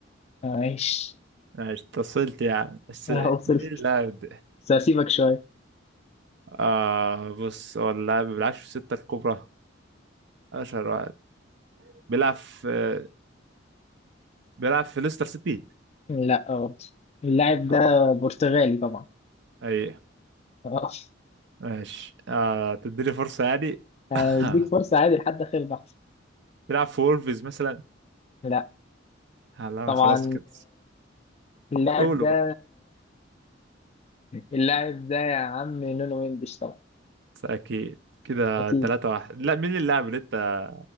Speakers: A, on the left (about 35°); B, on the right (about 65°).
A: معلش
B: ماشي اتصلت يعني بس
A: آه، وصلت
B: مين اللاعب ده
A: بس هسيبك شوية
B: آه بص هو اللاعب ما بيلعبش في الستة الكبرى اشهر واحد بيلعب في بيلعب في ليستر سيتي
A: لا برضه اللاعب ده
B: اه
A: برتغالي طبعا
B: اي
A: <laughs>
B: ماشي آه تديني فرصة يعني
A: هديك
B: <laughs>
A: فرصة عادي لحد آخر بحث
B: بيلعب في وولفز مثلا
A: لا
B: آه، لا انا
A: طبعا
B: خلاص كده
A: اللاعب
B: قولوا
A: ده
B: بقى
A: اللاعب ده يا عم نونو مندش طبعا
B: بس اكيد كده
A: أكيد
B: تلاتة واحد لا مين اللاعب اللي انت